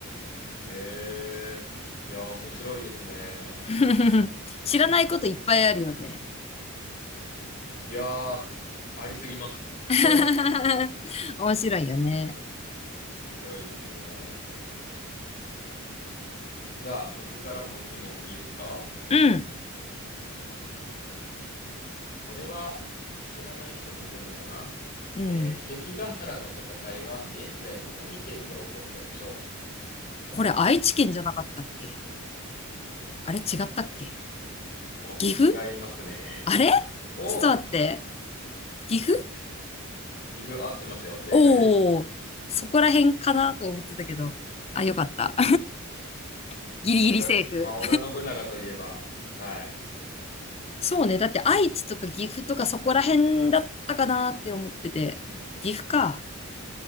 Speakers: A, on the left; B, on the left.
A: えー、いやー、面白いですね。
B: <laughs> 知らないこといっぱいあるよね。
A: いやー、ありすぎます。<laughs>
B: <laughs> 面白いよね。
A: 面白いですね。じゃあ、僕からも一問いいですか
B: うん、
A: これは知らない人もいるのかなえー関ヶ原の戦いは現在の何県で起こったでしょ
B: うん。これ愛知県じゃなかったっけあれ違ったっけ
A: うお、
B: 岐阜
A: 違いますね。
B: あれ
A: お、
B: ちょっと待って。岐阜
A: 岐阜合ってますよ。正解です。
B: おー、そこら辺かなと思ってたけど。あ、よかった。<laughs> ギリギリセーフ。
A: さすがです。まあ、織田信長といえば、はい。
B: そうね。だって愛知とか岐阜とかそこら辺だったかなって思ってて。岐阜か。